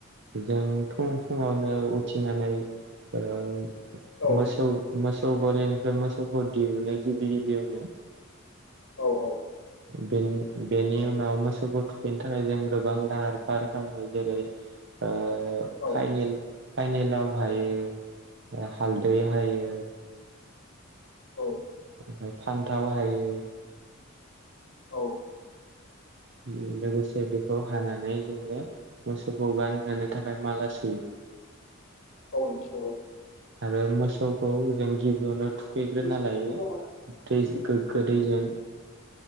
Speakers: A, on the right; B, on the left.
A: जों फुं फुङावनो उथिनानै ओ
B: औ
A: मोसौ मोसौ गलिनिफ्राय मोसौखौ दिहुनो गिबि गिबियावनो
B: औ औ
A: बेनि बेनि उनाव मोसौखौ थुखैनो थाखाय जों बांला हार फार खालामो जेरै ओ
B: औ
A: फाहनेल फाइनेलाव हायो हालदैै हायो
B: औ
A: ओमफ्राय फान्थाव हायो
B: औ
A: उम लोगोसे बेखौ हानानै जोङो मोसौखौ गानहोनो थाखाय माला सुयो।
B: औ नोंथां नोंगौ
A: आरो मोसौखौ जों गिबियावनो थुखैग्रोना
B: औ
A: लायो दैजो गोग्गो दैजों